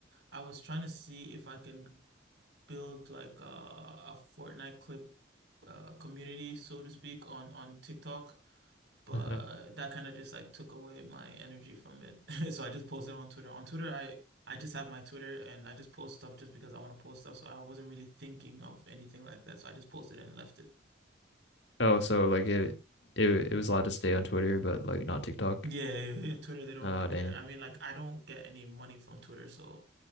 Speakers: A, on the right (about 65°); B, on the left (about 65°).
A: I was trying to see if I can build like a, a Fortnite clip uh, community, so to speak, on on TikTok, but
B: Mhm.
A: that kind of just like took away my energy from it. <laughs> So I just posted on Twitter. On Twitter, I I just have my Twitter and I just post stuff just because I want to post stuff. So I wasn't really thinking of anything like that. So I just posted and left it.
B: Oh, so like it it it was allowed to stay on Twitter, but like not TikTok.
A: Yeah, yeah, yeah, yeah, Twitter, they don't
B: Oh
A: really
B: dang,
A: care. I mean, like I don't get any money from Twitter, so